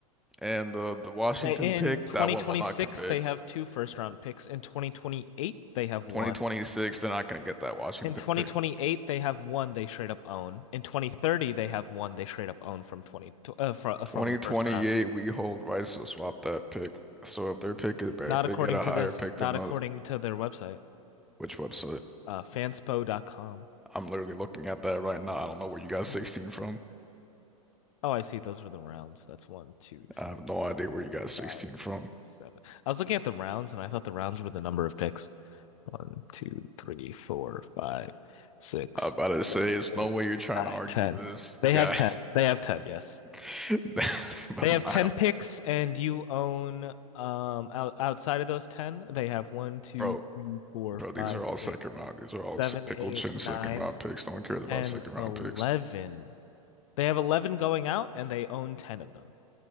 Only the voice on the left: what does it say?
They in
2026
they have two first round picks. In 2028 they have one.
In 2028
they have one they straight up own. In 2030 they have one they straight up own from 20 uh, fr uh,
from the first round.
Not
according
to
this,
not
according
to their website,
uh fanspo.com.
Yeah.
Oh, I see. Those were the rounds. That's one, two, three,
four,
five,
six, seven. I was looking at the rounds and I thought the rounds were the number of picks. One, two, three, four, five, six,
seven,
eight,
nine,
ten.
They
have ten. They have ten, yes.
They
have
ten picks, and you own um out, outside of those ten, they have one, two,
three, four,
five,
six,
seven,
eight,
nine,
ten,
eleven.
They have eleven going out, and they own ten of them,